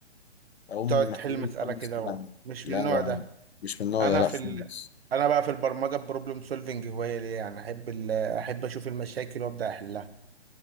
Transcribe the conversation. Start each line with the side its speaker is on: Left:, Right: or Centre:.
Left: أقوم
Right: تقعد
Left: محلل
Right: تحل مساله
Left: خمس
Right: كده و-
Left: أيام
Right: مش
Left: لا
Right: من النوع
Left: لا
Right: ده
Left: مش من النوع
Right: انا
Left: ده لا
Right: في ال...
Left: خالص
Right: انا بقى في البرمجه بروبلم سولفنج هوايه ليا يعني احب ال... احب اشوف المشاكل وابدا احلها